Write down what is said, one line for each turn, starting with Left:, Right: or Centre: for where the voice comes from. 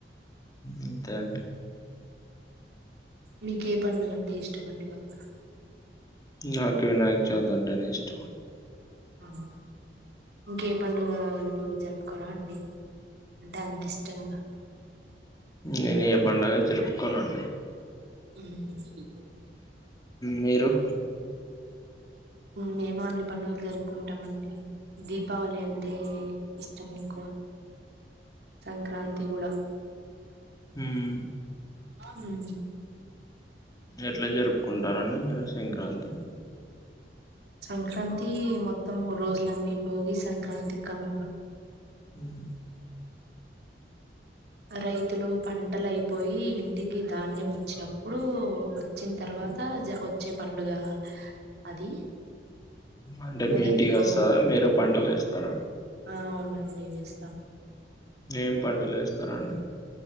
Left: అంతే అండి
Right: నీకు ఎ పండుగంటే ఇష్టమండి బాగ
Left: నాకి వినాయకి చవితి అంటే నేను ఇష్టం అండి
Right: ఆ ఇంకే పండుగలు జరుపుకురా అండి అంటే అంత ఇష్టంగ
Left: నేను పండుగ జరుపుకోనం
Right: హు
Left: మిరు
Right: మేము అన్ని పండుగలు జరుపుకుంటామండి దీపావళి అంటే ఇస్టం ఎక్కువ సంక్రాంతి గుడ
Left: హ్మ్
Right: హు
Left: ఎట్లా జరుపుకుంటారడి మీరు సంక్రాంతి
Right: సంక్రాంతి మొత్తం మూడు రోజులండి భోగి సంక్రాంతి కనుమ
Left: మ్మ్
Right: ఆ రైతులు పంటలు అయిపోయి ఇంటికి ధాన్యం వచ్చినప్పుడు వచ్చిన తర్వాత వచ్చే పండుగ అది
Left: అంటే
Right: మొదటి
Left: మీ ఇంటికి
Right: భో
Left: వస్తదా మీరు పంటలు వేస్తారా
Right: ఆ అవునండి ఇవేస్తాం
Left: ఏం పంటలు వేస్తారండి